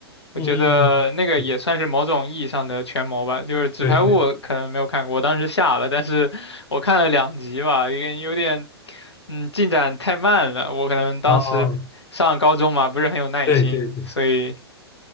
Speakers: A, on the left; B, on the left.
A: 我觉得那个也算是某种意义上的权谋吧。
B: 嗯嗯嗯，
A: 就是《纸牌屋》我可能没有看过，
B: 对对对，
A: 我当时下了，但是我看了两集吧，有点有点，嗯，进展太慢了。我可能当时上高中嘛，
B: 啊，
A: 不是很有耐心，
B: 对对对，
A: 所以